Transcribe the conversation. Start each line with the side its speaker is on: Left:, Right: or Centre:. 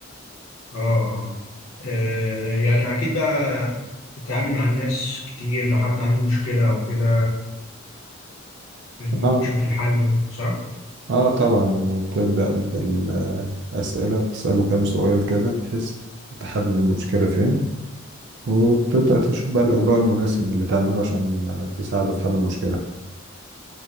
Left: أه أه آه، يعني أكيد بقى بتتعامل مع الناس كتير لو حد عنده مشكلة أو كده بت- بتشوف
Right: آه
Left: الحل صح؟
Right: آه طبعا تبدأ بالأسئلة بتسأله كام سؤال كده بحيث تحدد المشكلة فين وبتبدأ تشوف بقى الإجراء المناسب اللي تعمله عشان تساعده في حل المشكلة